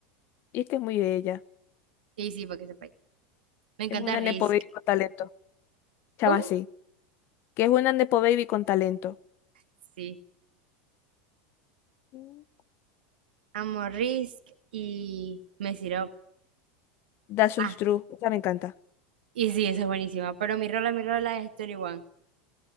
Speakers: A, on the left; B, on the right.
A: Y es que es muy bella.
B: Y sí, para que sepáis. Me encanta
A: Es una
B: Risk.
A: nepo baby con talento. Chama,
B: ¿Cómo?
A: sí. Que es una nepo baby con talento.
B: Sí.
A: Mm.
B: Amo Risk y me Up.
A: That's so
B: Ah,
A: true. Esa me encanta.
B: y sí, esa es buenísima. Pero mi rola, mi rola es 21.